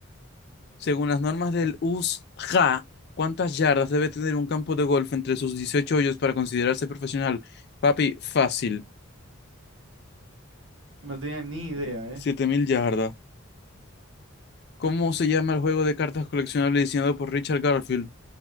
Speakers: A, on the left; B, on the right.
A: Según las normas del USJA, ¿cuántas yardas debe tener un campo de golf entre sus 18 hoyos para considerarse profesional? Papi, fácil.
B: No tenía ni idea, ¿eh?
A: siete mil yardas. ¿Cómo se llama el juego de cartas coleccionables diseñado por Richard Garfield?